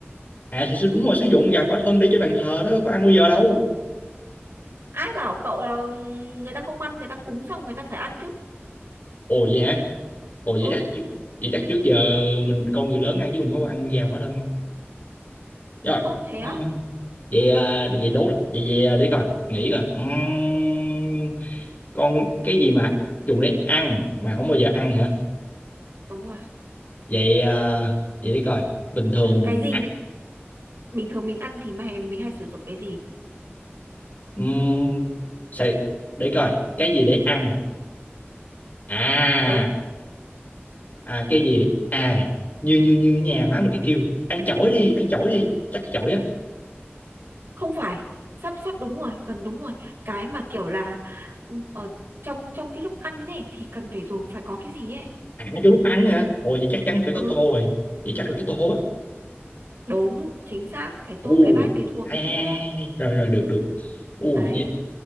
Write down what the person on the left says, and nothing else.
À thì đúng rồi sử dụng gà khỏa thân để trên bàn thờ đó có ăn bao giờ đâu.
Ồ vậy hả? Ồ vậy
chắc trước- vậy chắc trước giờ mình mình con người lớn ăn chứ mình có ăn gà khỏa thân không? Rồi.
Ừ.
Vậy à, vậy đố lại. vậy vậy à, để coi, nghĩ coi. Ừm, con cái gì mà dùng để ăn mà không bao giờ ăn hả?
Vậy à, vậy để coi. Bình thường mình
ăn.
Ừm, sao để coi cái gì để ăn? À
à, cái gì à như như như nhà má mình thì kêu ăn chổi đi ăn chổi đi chắc chổi á
à cái lúc ăn hả ôi vậy chắc chắn phải có
tô rồi vậy chắc là cái tô á
ù
hay,
hay, hay.
hay. rồi rồi được được ù
vậy